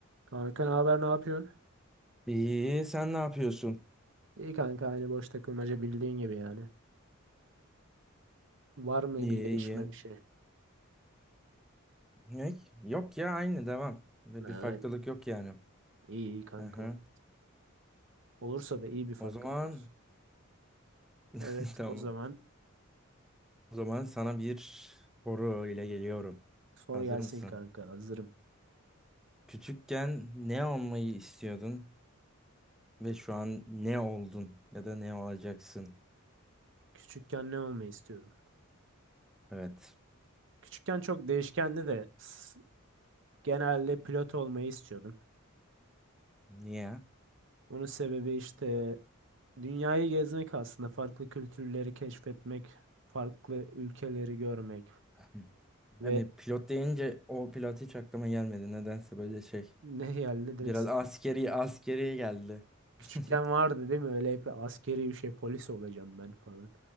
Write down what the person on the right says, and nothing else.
Kanka ne haber ne yapıyorsun?
İyi kanka aynı boş takılmaca bildiğin gibi yani. Var mı
bir gelişme
bir şey?
Ha,
Aynen.
İyi iyi kanka.
Vallahi. Olursa da iyi bir farklılık
olsun.
Evet
o zaman
sor
gelsin
kanka hazırım.
Küçükken ne olmayı istiyordum?
Küçükken çok değişkenli de s- genelde pilot olmayı istiyordum.
Bunun sebebi işte dünyayı gezmek aslında farklı kültürleri keşfetmek, farklı ülkeleri görmek
ve
<laughs> ne yani ne direkt
Küçükken
vardı değil mi? Öyle hep askeri bir şey polis olacağım ben falan.